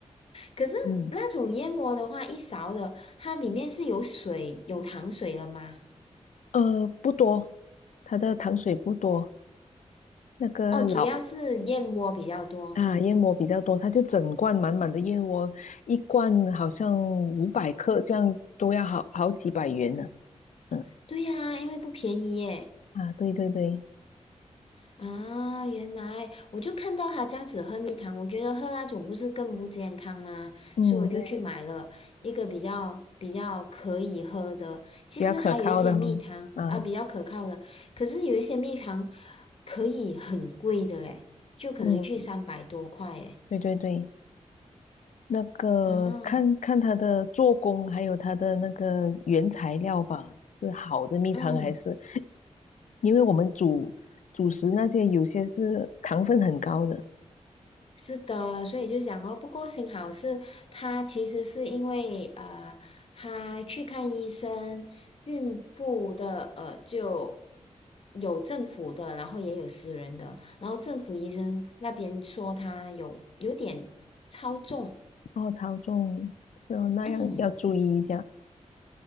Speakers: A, on the left (about 50°); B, on the left (about 80°).
A: 可是那种燕窝的话，
B: 嗯，
A: 一勺的，它里面是有水、有糖水了吗？
B: 呃，不多，它的糖水不多。那个老
A: 哦，主要是燕窝比较多。
B: 啊，燕窝比较多，它就整罐满满的燕窝，一罐好像五百克，这样都要好好几百元呢。嗯
A: 对呀，因为不便宜耶。
B: 啊，对对对，
A: 啊，原来我就看到他这样子喝蜜糖，我觉得喝那种不是更不健康吗？
B: 嗯对，
A: 所以我就去买了一个比较比较可以喝的。其实还有一些蜜糖啊，
B: 比较可靠的哈，啊，
A: 比较可靠的，可是有一些蜜糖可以很贵的嘞，就可能去三百多块耶。
B: 嗯，对对对，那个看看它的做工，
A: 哦，
B: 还有它的那个原材料吧，是好的蜜糖还是？
A: 嗯，
B: 因为我们主主食那些有些是糖分很高的，
A: 是的，所以就讲哦，不过幸好是她其实是因为呃，她去看医生，孕妇的呃就有政府的，然后也有私人的，然后政府医生那边说她有有点超重，
B: 哦，超重，是哦，那样要注意一下。
A: 嗯，